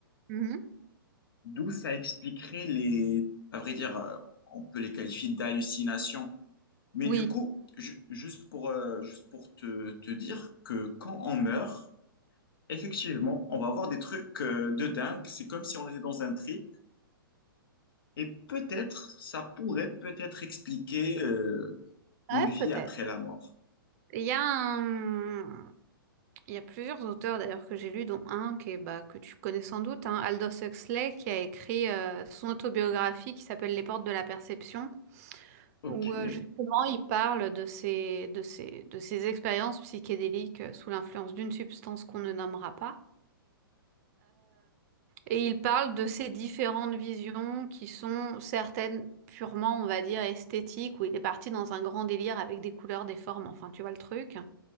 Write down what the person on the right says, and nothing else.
mhm.
Oui.
Ouais,
peut-être.
Il y a un... il y a plusieurs auteurs d'ailleurs que j'ai lus, dont un qui est, bah, que tu connais sans doute, hein, Aldous Huxley, qui a écrit euh, son autobiographie qui s'appelle Les portes de la perception,
où euh, justement il parle de ses, de ses, de ses expériences psychédéliques euh, sous l'influence d'une substance qu'on ne nommera pas. Et il parle de ces différentes visions qui sont certaines purement, on va dire, esthétiques, où il est parti dans un grand délire avec des couleurs, des formes, enfin, tu vois le truc,